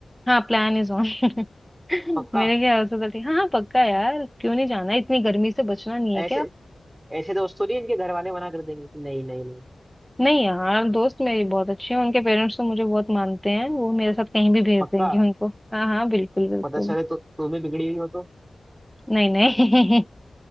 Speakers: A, in the centre; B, on the right.
A: हाँ प्लान इज ऑन <laughs>
B: पक्का
A: मेरे ख्याल से तो ठीक हाँ हाँ पक्का यार क्यों नहीं जाना इतनी गर्मी से बचना नहीं
B: ऐसे
A: है क्या
B: ऐसे दोस्त थोड़ी इनके घर वाले मना कर देंगे कि नहीं नहीं नहीं
A: नहीं यार दोस्त मेरी बहुत अच्छी है उनके पेरेंट्स तो मुझे बहुत मानते हैं वो मेरे साथ कहीं भी भेज
B: पक्का
A: देंगे उनको हाँ हाँ बिल्कुल बिल्कुल
B: पता चले तो तुम भी बिगड़ी हुई हो तो
A: नहीं नहीं